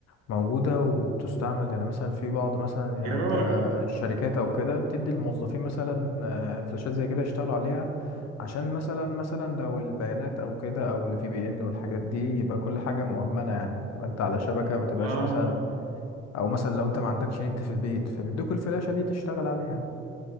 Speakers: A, on the left (about 60°); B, on the right (about 80°).
A: موجودة وبتستعمل يعني مثلا في بعض مثلا يعني
B: يا راجل
A: تا- الشركات أو كده بتدي الموظفين مثلا آه، فلاشات زي كده يشتغلوا عليها عشان مثلا مثلا لو البيانات أو كده أو الفي بي إن والحاجات دي يبقى كل حاجة مؤمنة يعني تبقى أنت على شبكة ما تبقاش
B: اه
A: مثلا أو مثلا لو أنت ما عندكش نت في البيت فبيدوك الفلاشة دي تشتغل عليها